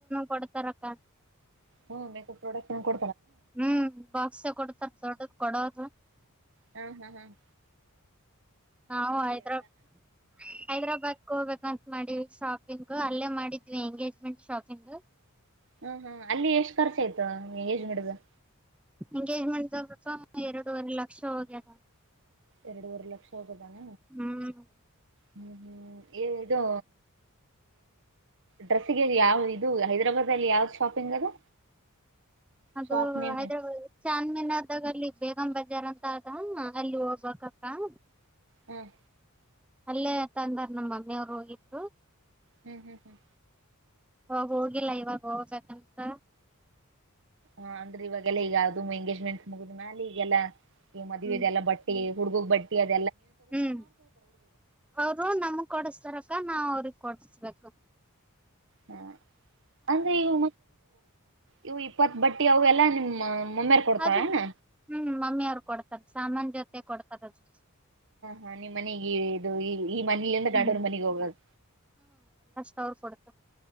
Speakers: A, in the centre; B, on the right.
A: ಕೊಡ್ತಾರಕ್ಕ
B: ಹ್ಮ್ ಮೇಕಪ್ ಪ್ರಾಡಕ್ಟ್ ಕೊ
A: ಹ್ಮ್ ಬಾಕ್ಸ ಕೊಡ್ತಾರ ದೊಡ್ಡದ ಕೊಡದು
B: ಹ್ಮ್ ಹ್ಮ್ ಹ್ಮ್
A: ನಾ ಹೈದ್ರಾಬ್ ಹೈದ್ರಾಬಾದ್ ಹೋಗ್ಬೇಕಂತ ಮಾಡಿ ಶಾಪಿಂಗ್ ಅಲ್ಲೇ ಮಾಡಿದ್ವಿ ಎಂಗೇಜ್ಮೆಂಟ್ ಶಾಪಿಂಗ್
B: ಹ್ಮ್ ಹ್ಮ್ ಅಲ್ಲಿ ಎಷ್ಟ್ ಖರ್ಚ ಆಯ್ತು ಯಜ್ ಗಿಡದ <inaudible>
A: ಎಂಗೇಜ್ಮೆಂಟ್ ಎರಡೂವರೆ ಲಕ್ಷ ಹೋಗ್ಯದ
B: ಎರಡುವರೆ ಲಕ್ಷ ಆೋಗೋದಾನ
A: ಹ್ಮ್
B: ಹ್ಮ್ ಹ್ಮ್ ಇದು ಡ್ರೆಸ್ಸಿಗೆ ಯಾವ ಇದು ಹೈದ್ರಾಬಾದ್ ಅಲ್ಲಿ ಯಾವ್ದ ಶಾಪಿಂಗ್ ಅದು
A: ಅದು
B: ಶಾಪ್ ನೇಮ್
A: ಹೈದ್ರಾಬ್
B: ಏನು?
A: ಚನ್ಮಿನಾ ದಲ್ಲಿ ಬೇಗಂಬ ಬಜಾರ್ ಅಂತ ಆದ ಅಲ್ಲಿ ಹೋಗ್ಬೇಕಕ್ಕ <inaudible>
B: ಹ್ಮ್
A: ಅಲ್ಲೇ ತಂದಾರ್ ನಮ್ಮ ಅಮ್ಮಿವರು ಹೋಗಿದ್ರು
B: ಹ್ಮ್ ಹ್ಮ್ ಹ್ಮ್
A: ಹೋಗ ಹೋಗಿಲ್ಲ ಇವಾಗ ಹೋಗ್ಬೇಕಂತ
B: ಹಾ ಅಂದ್ರೆ ಇವಾಗೆಲ್ಲ ಈಗ ಯ್ದು ಎಂಗೇಜ್ಮೆಂಟ್ಸ್ ಮುಗುದ್ ಮಾಲ ಈಗೆಲ್ಲಾ ಈ ಮಧುವೆ
A: ಹ್ಮ್
B: ದೆಲ್ಲ ಬಟ್ಟೇ ಹುಡುಗಗ್ ಬಟ್ಟಿ ಅದು
A: ಹ್ಮ್ ಅವರು ನಮ ಕೊಡಸ್ತಾರ ನಾವ್ ಅವ್ರಿಗೆ ಕೊಟ್ಟಿಸ್ಬೇಕು
B: ಹಾ ಅಂದ್ರೆ ಈವು ಇವು ಇಪ್ಪತ್ ಬಟ್ಟಿ ಅವಲ್ಲಾ ನಿಮ್ಮ ಮಮ್ಮ್ಯರ್ ಕೊಡ್ತಾಳ್
A: ಅದು
B: ಎನ?
A: ಹ್ಮ್ ಮಮ್ಮಿ ಅವ್ರು ಕೊಡ್ತಾರ ಸಾಮಾನ್ ಜೊತೆ ಕೊಡ್ತಾರ ಅದು
B: ಹಾ ನಿಮ್ಮ ಮನಿಗಿ. <inaudible> ಈ ಮನಿಲಿಂದ
A: ಹ್ಮ್
B: ನಡೂರು ಮನೆಗೆ ಹೋಗದ್
A: ತವ್ರು ಕೊಡ್ತ